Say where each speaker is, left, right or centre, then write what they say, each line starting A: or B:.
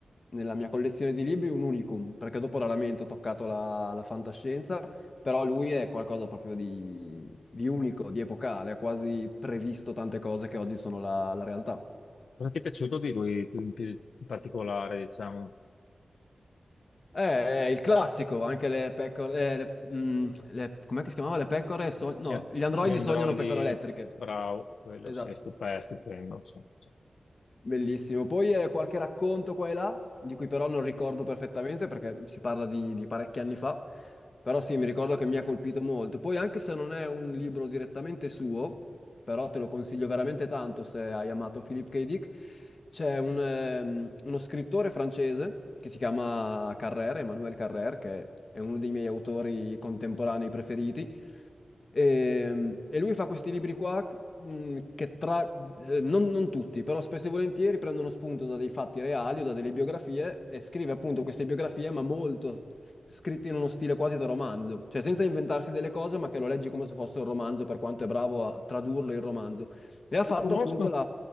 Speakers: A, on the left (about 40°); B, on the left (about 85°).
A: nella mia collezione di libri un unicum, perché dopo raramente ho toccato la, la fantascienza, però lui è qualcosa proprio di, di unico, di epocale, ha quasi previsto tante cose che oggi sono la, la realtà.
B: Cosa ti è piaciuto di lui più in, più in particolare, diciamo?
A: Eh, È il classico, anche le pecore, eh, le, mm, le- com'è che si chiamava? Le pecore, sog- no,
B: Gli, a-
A: gli androidi
B: gli androidi,
A: sognano pecore elettriche.
B: bravo, quello
A: Esatto.
B: sì, è stupendo, stupendo. sì, sì.
A: Bellissimo. Poi eh, qualche racconto qua e là, di cui però non ricordo perfettamente perché si parla di, di parecchi anni fa, però sì, mi ricordo che mi ha colpito molto. Poi anche se non è un libro direttamente suo, però te lo consiglio veramente tanto se hai amato Philip K. Dick, c'è un, ehm, uno scrittore francese che si chiama Carrère, Emmanuel Carrère, che è uno dei miei autori contemporanei preferiti. E, e lui fa questi libri qua mh, che tra, eh, non, non tutti, però spesso e volentieri prendono spunto da dei fatti reali o da delle biografie e scrive appunto queste biografie, ma molto s- scritte in uno stile quasi da romanzo, cioè senza inventarsi delle cose, ma che lo leggi come se fosse un romanzo, per quanto è bravo a tradurlo in romanzo. E ha fatto
B: Lo conosco,
A: appunto la...